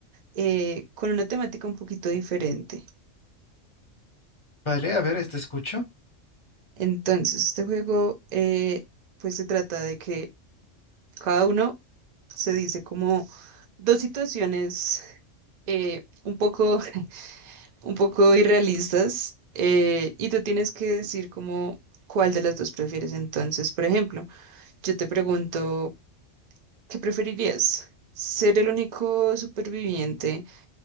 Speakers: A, on the right (about 55°); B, on the left (about 30°).
A: eh, con una temática un poquito diferente.
B: Vale, a ver, eh, te escucho.
A: Entonces, este juego eh, pues se trata de que cada uno se dice como dos situaciones eh, un poco, <laughs> un poco irrealistas eh, y tú tienes que decir como cuál de las dos prefieres. Entonces, por ejemplo. Yo te pregunto, ¿qué preferirías? ¿Ser el único superviviente